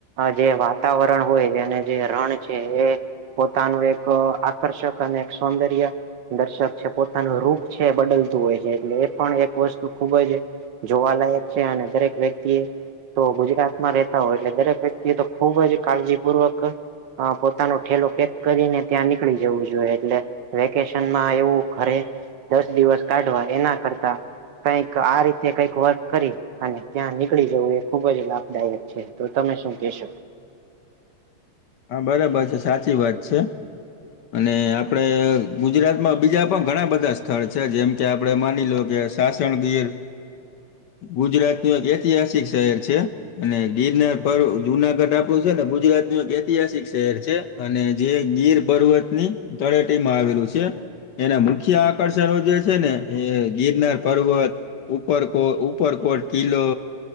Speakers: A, on the right (about 65°); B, on the left (about 65°).
A: જે વાતાવરણ હોય અને જે રણ છે એ પોતાનું એક આકર્ષક અને એક સૌંદર્ય દર્શક છે પોતાનું રૂપ છે બદલતું હોય છે એટલે એ પણ એક વસ્તુ ખુબ જ જોવાલાયક છે અને દરેક વ્યક્તિએ તો ગુજરાતમાં રહેતા હોય એટલે દરેક વ્યક્તિ તો ખુબ જ કાળજીપૂર્વક અ પોતાનો ઠેલો પેક કરીને ત્યાં નીકળી જવું જોઈએ એટલે વેકેશનમાં એવું ઘરે દસ દિવસ કાઢવા એના કરતા કઈક આ રી તેં કઈક વર્ક કરી અને ત્યાં નીકળી જવું એ ખુબ જ લાભદાયક છે તો તમે શું કેશો?
B: હા બરાબર છે સાચી વાત છે અને આપડે ગુજરાતમાં બીજા પણ ઘણા બધા સ્થળ છે જેમ કે આપડે માની લો કે તાસણ ગીર ગુજરાતનું એક ઐતિહાસિક શહેર છે અને ગીરનાર પરર્વ જુનાગઢ આપડું છે ને ગુજરાત નું એક તિહાસિક શહેર છે અને જે ગીર પર્વતની તળેટીમાં આવેલું છે એના મુખ્ય આકર્ષણો જે છે ને એ ગિરનાર પર્વત ઉપરકો ઉપરકોટ કિલ્લો